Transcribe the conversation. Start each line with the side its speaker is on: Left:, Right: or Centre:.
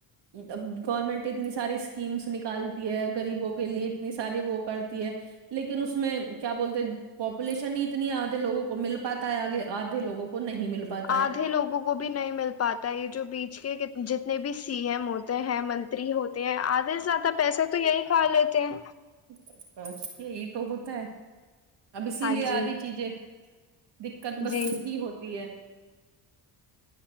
Right: اب گورنمنٹ اتنی ساری اسکیمس نکالتی ہے گغریبوں کے لیے اتنی ساری وہ کرتی ہے لیکن اس میں کیا بولتے ہیں پاپولیشن ہی اتنی آدھے لوگوں کو مل پاتا ہے آگے آدھے لووں کو نہیں مل پاتا
Left: آدھے
Right: ہے
Left: لوگوں کو بھی نہیں مل پاتا یہ جو بیچ کے جتنے بھی سی ایم ہوتے ہیں منتری ہوتے ہیں آدھے سے زیادہ پیسے تو یہی کھا لیتے ہیں
Right: جی بس یہ یہ توگتا ہے اب اسی
Left: ہاں
Right: لیے
Left: جی
Right: آدھی چیزیں دقت بس
Left: جی
Right: ہی ہوتی ہے